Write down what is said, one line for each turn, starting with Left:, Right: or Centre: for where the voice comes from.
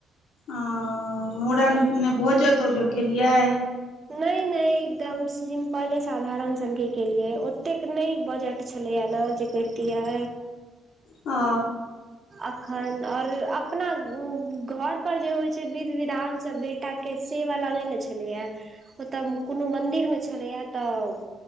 Left: अ मुूड़न
Right: आओर
Left: मे भोजो तोजो केलियै
Right: नहि नहि एकदम सिम्पल हे साधारण सङग के लिए ओते नहि बजट छलैया ने जे करितियै
Left: ओ
Right: अखन और अपना घर पर जेय होइ छैय विध विधान सब बे टाक के से वला नहि ने छलैया ओतय कोनो मन्दिर मे छलैया तऽ